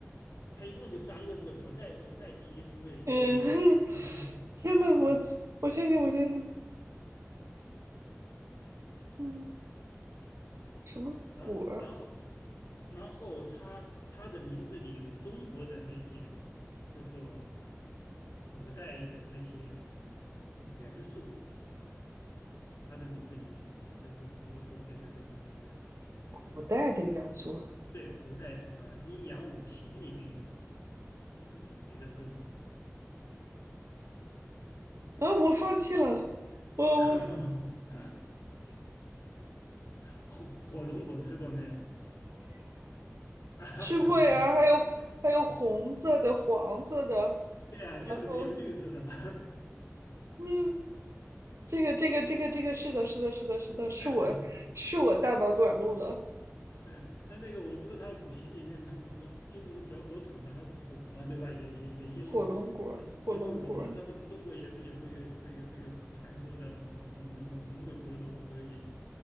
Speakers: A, on the left; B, on the right.
A: 它一共就三个字，我再我再提示一个字，
B: 嗯，<laughs>
A: 我来
B: 天呐，
A: <laughs>
B: 我我想想，我想想，嗯，什么果儿？
A: 然后，然后然后他他的名字里有中国的那些，就说古代的那些元素，他的名字里面就是比如说这个这个这个，
B: 古代的元素。
A: 呃，对，古代什么阴阳五行里面的有有一个字，
B: 啊，我放弃了，我我
A: <laughs> 火火龙果吃过没有？<laughs>
B: 吃过呀，还有还有红色的、黄色的，
A: 对啊，就是没有绿色的嘛。
B: 哦嗯，这个这个这个这个是的，是的，是的，是的，是我是我大脑短路了，
A: <laughs> 对，但那个我不是他五行里面，他不是什么金木水火土嘛，他是火嘛，对吧？也也也也有，
B: 火龙果儿，
A: 然后然后龙，
B: 火龙果儿，
A: 它不是中国也是有这个这个这个传说的龙龙龙龙的国度，所以